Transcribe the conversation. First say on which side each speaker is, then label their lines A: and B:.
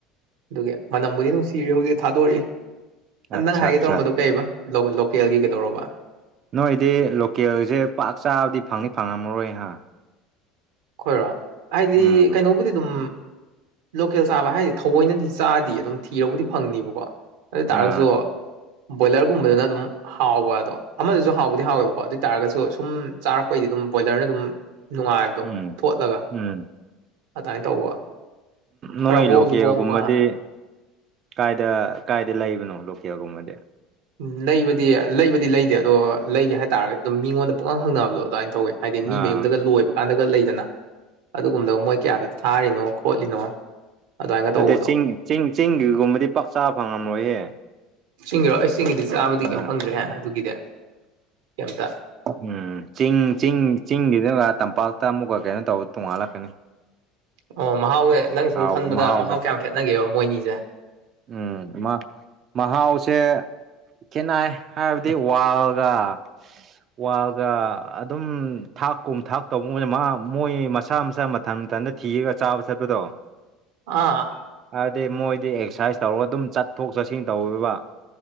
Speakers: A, on the right; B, on the right.
A: ꯑꯗꯨꯒꯤ ꯃꯅꯝꯕꯨꯗꯤ ꯅꯨꯡꯁꯤꯔꯤ ꯍꯧꯖꯤꯛꯇꯤ ꯊꯥꯗꯣꯔꯛꯏ
B: ꯑꯠꯆꯥ
A: ꯅꯪ ꯍꯥꯏꯒꯦ
B: ꯑꯠꯆꯥ
A: ꯇꯧꯔꯝꯕꯗꯣ ꯀꯩꯔꯤꯕ ꯂꯣꯀꯦꯜꯒꯤ ꯀꯩꯗꯧꯔꯕ
B: ꯅꯣꯏꯗꯤ ꯂꯣꯀꯦꯜꯁꯦ ꯄꯥꯛ ꯆꯥꯕꯗꯤ ꯐꯪꯗꯤ ꯐꯪꯉꯝꯃꯔꯣꯏꯍ
A: ꯈꯣꯏꯔꯣ ꯍꯥꯏꯗꯤ
B: ꯎꯝ
A: ꯀꯩꯅꯣꯕꯨꯗꯤ ꯑꯗꯨꯝ ꯂꯣꯀꯦꯜ ꯆꯥꯕ ꯍꯥꯏꯁꯦ ꯊꯑꯣꯏꯅꯗꯤ ꯆꯥꯗꯤ ꯑꯗꯨꯝ ꯊꯤꯔꯕꯨꯗꯤ ꯐꯪꯅꯤꯕꯀꯣ ꯑꯗ
B: ꯑꯥ
A: ꯇꯥꯁꯨꯣ ꯕꯣꯏꯂꯔꯒꯨꯝꯕꯗꯅ ꯑꯗꯨꯝ ꯍꯥꯎꯕ ꯑꯗꯣ ꯑꯃꯗꯁꯨ ꯍꯥꯎꯕꯗꯤ ꯍꯥꯎꯋꯦꯕꯀꯣ ꯑꯗꯨ ꯑꯣꯏꯇꯥꯥꯔꯒꯁꯨ ꯊꯨꯝ ꯆꯥꯔꯛꯄꯩꯗꯤ ꯑꯗꯨꯝ ꯕꯣꯏꯂꯔꯅ ꯑꯗꯨꯝ ꯅꯨꯡꯉꯥꯏꯕꯗꯣ
B: ꯎꯝ
A: ꯆꯠꯂꯒ
B: ꯎꯝ
A: ꯑꯗꯨꯃꯥꯏꯅ ꯇꯧꯕ
B: ꯅꯣꯏ
A: ꯈꯔ ꯍꯣꯡꯁꯨ
B: ꯂꯣꯀꯦꯜꯒꯨꯝꯕꯗꯤ
A: ꯍꯣꯡꯕ ꯍꯥꯟꯅ
B: ꯀꯥꯏꯗ ꯀꯥꯏꯗ ꯂꯩꯕꯅꯣ ꯂꯣꯀꯦꯜꯒꯨꯝꯕꯗꯤ
A: ꯎ ꯂꯩꯕꯗꯤ ꯂꯩꯕꯗꯤ ꯂꯩꯇꯦ ꯑꯗꯣ ꯂꯩꯒꯦ ꯍꯥꯏꯇꯥꯔꯒꯗꯤ ꯑꯗꯨꯝ ꯃꯤꯉꯣꯟꯗ ꯄꯨꯛꯥꯡ ꯍꯪꯅꯕꯗꯣ ꯑꯗꯨꯃꯥꯏꯅ ꯇꯧꯋꯤ ꯍꯥꯏꯗꯤ ꯃꯤ
B: ꯑꯥ
A: ꯃꯌꯨꯝꯗꯒ ꯂꯣꯏꯕ ꯀꯥꯟꯗꯒ ꯂꯩꯗꯅ ꯑꯗꯨꯒꯨꯝꯂꯒ ꯃꯣꯏ ꯀꯌꯥꯗ ꯊꯥꯔꯤꯅꯣ ꯈꯣꯠꯂꯤꯅꯣ ꯑꯗꯨꯃꯥꯏꯅ ꯇꯧꯕꯗꯣ
B: ꯑꯗ ꯆꯤꯡ ꯆꯤꯡ ꯆꯤꯡꯒꯤꯒꯨꯝꯕꯗꯤ ꯄꯥꯛ ꯆꯥꯕ ꯐꯪꯉꯝꯃꯣꯏꯍꯦ
A: ꯆꯤꯡꯒꯤꯔꯑꯣ ꯑꯩ ꯆꯁꯤꯡꯒꯤꯗꯤ ꯆꯥꯕꯗꯤ
B: ꯑꯥ
A: ꯀꯩꯝ ꯐꯪꯗ꯭ꯔꯦꯍꯦ ꯑꯗꯨꯒꯤꯗꯤ ꯀꯩꯝꯇ
B: ꯎꯝ ꯆꯤꯡ ꯆꯤꯡ ꯆꯤꯡꯒꯤꯗꯒ ꯇꯝꯄꯥꯛꯇ ꯑꯃꯨꯛꯀ ꯀꯩꯅꯣ ꯇꯧꯕ ꯇꯣꯡꯉꯥꯜꯂꯥꯛꯀꯅꯤ
A: ꯑꯣ ꯃꯍꯥꯎꯁꯦ ꯅꯪ ꯁꯨꯝ
B: ꯍꯥꯎꯕ
A: ꯈꯟꯕꯗ
B: ꯃꯍꯥꯎꯗꯣ
A: ꯃꯍꯥꯎ ꯀꯌꯥꯝ ꯈꯦꯠꯅꯒꯦꯕ ꯃꯣꯏꯅꯤꯁꯦ
B: ꯎꯝ ꯃꯥ ꯃꯍꯥꯎꯁꯦ ꯀꯦꯅꯥꯏ ꯍꯥꯏꯕꯗꯤ ꯋꯥꯜꯒ ꯋꯥꯒ ꯑꯗꯨꯝ ꯊꯥꯛꯀꯨꯝ ꯊꯥꯛ ꯇꯧꯕꯒꯅ ꯃꯥ ꯃꯣꯏ ꯃꯁꯥ ꯃꯁꯥ ꯃꯊꯟ ꯃꯊꯟꯗ ꯊꯤꯔꯒ ꯆꯥꯕ ꯆꯠꯄꯗꯣ
A: ꯑꯥ
B: ꯑꯗꯨꯗꯤ ꯃꯣꯏꯗꯤ ꯑꯦꯛꯁꯔꯁꯥꯏꯁ ꯇꯧꯔꯒ ꯑꯗꯨꯝ ꯆꯠꯊꯣꯛ ꯆꯠꯁꯤꯟ ꯇꯧꯋꯕ